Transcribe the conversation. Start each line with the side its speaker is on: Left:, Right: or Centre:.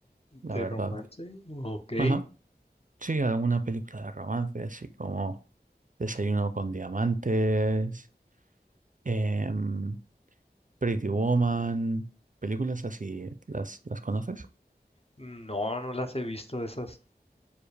Right: la
Left: ¿De
Right: verdad.
Left: romance? Ok.
Right: Ajá. Sí, alguna película de romance, así como Desayuno con Diamantes, em, Pretty Woman, películas así, ¿las, las conoces?
Left: No, no las he visto esas.